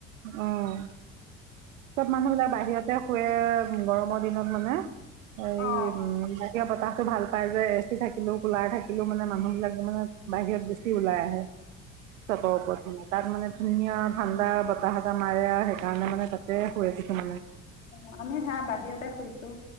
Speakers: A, on the right (about 75°); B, on the left (about 80°).
A: অহ চব মানুহ যে বাহিৰতে শুৱে গৰমৰ দিনত মানে। অহ
B: অঁ
A: উম এতিয়া বতাহটো ভাল পায় যে এ চি থাকিলেও কোলাৰ থাকিলেও মানে মানুহবিলাক যে মানে বাহিৰত বেছি ওলাই আহে। চতৰ ওপৰত তাত মানে - ধুনীয়া ঠাণ্ডা বতাহ এটা মাৰে আৰু সেইকাৰণে মানে তাত। এ হে এচি মানে।
B: অ আমি সেয়া বাহিৰতে শুইছোঁ।